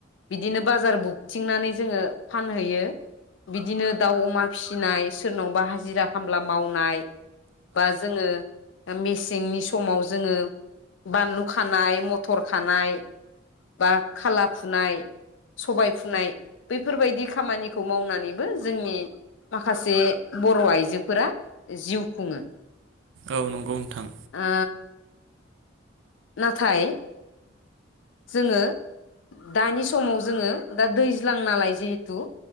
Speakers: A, on the left; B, on the right.
A: बिदिनो बाजार बुबथिंनानै जोङो फानहैयो। बिदिनो दाउ अमा फिसिनाय सोरनावबा हाजिरा खामला मावनाय। बा जोङो। मेसेंनि समाव जोङो बानलौ खानाय म थर खानाय। बा खाला फुनाय। सबाय फुनाय बैफोरबायदि खामानिखौ मावनानै जोंनि माखासे बर' आइजोफोरा जिउ खुङो।
B: औ नंगौ नोंथां।
A: ओ नाथाय, जोङो दानि समाव जोङो, दा दैज्लां नालाय जिहेथु